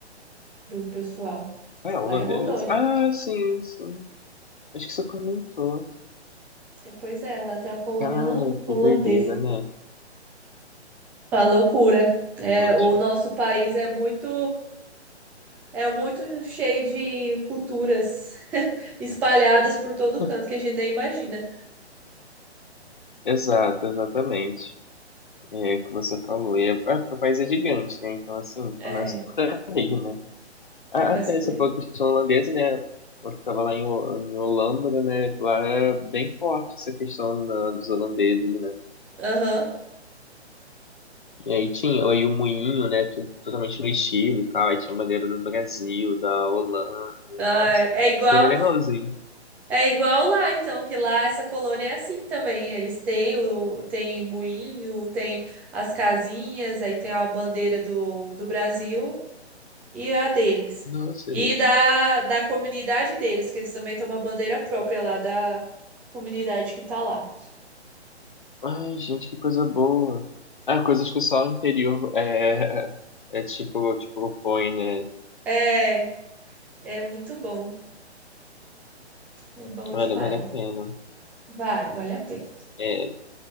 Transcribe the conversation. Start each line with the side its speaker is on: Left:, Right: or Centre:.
Centre: Do pessoal,
Left: É um
Centre: lá
Left: holandês?
Centre: em Rondônia.
Left: Ah, sim, sim. Acho que você comentou.
Centre: É, Pois é, lá tem uma colônia
Left: Cara,
Centre: holan- holandesa.
Left: que doideira, né?
Centre: Uma loucura. É,
Left: Gente.
Centre: o nosso país é muito É muito cheio de culturas <laughs> espalhadas por todo
Left: <laughs>
Centre: canto que a gente nem imagina.
Left: Exato, exatamente. É o que você falou. E é, é porque o país é gigante, né? Então, assim,
Centre: É,
Left: começa por aí, né?
Centre: começa
Left: Ah, até
Centre: por
Left: essa
Centre: aí.
Left: foi a questão holandesa, né? Eu estava lá em, Ho- em Holambra, né? Que lá é bem forte essa questão da- dos holandeses, né?
Centre: Aham.
Left: E aí tinha aí o moinho, né? Tudo, totalmente no estilo e tal. Aí tinha a bandeira do Brasil, da Holanda.
Centre: Ah,
Left: Nossa,
Centre: É igual,
Left: foi bem legalzinho.
Centre: é igual lá, então, que lá essa colônia é assim também. Eles têm o, tem moinho, tem as casinhas, aí tem a bandeira do, do Brasil e a deles.
Left: Nossa,
Centre: E
Left: gente.
Centre: da, da comunidade deles, que eles também têm uma bandeira própria lá da comunidade que tá lá.
Left: Ai, gente, que coisa boa. Ah, coisas que só o interior é, <laughs> é tipo, tipo põe né?
Centre: É, é muito bom. É bom
Left: Olha,
Centre: demais.
Left: vale a pena.
Centre: Vale, vale a pena.
Left: É,